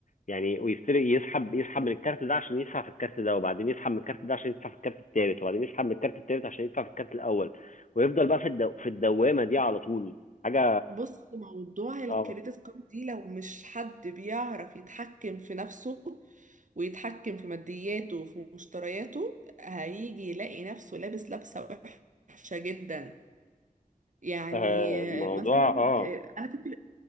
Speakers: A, on the left; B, on the right.
A: يعني ويستلف يسحب يسحب من الكارت ده عشان يدفع في الكارت ده وبعدين يسحب من الكارت ده عشان يدفع في الكارت التالت وبعدين يسحب من الكارت التالت عشان يدفع في الكارت الاول ويفضل بقى في الدو... في الدوامه دي على طول حاجه
B: بص موضوع الكريدت
A: صعبه
B: كارد دي لو مش حد بيعرف يتحكم في نفسه ويتحكم في مادياته وفي مشترياته هيجي يلاقي نفسه لابس لبسة وحشة جدا يعني
A: آه الموضوع
B: آه، مثلا
A: اه
B: آه، انا كنت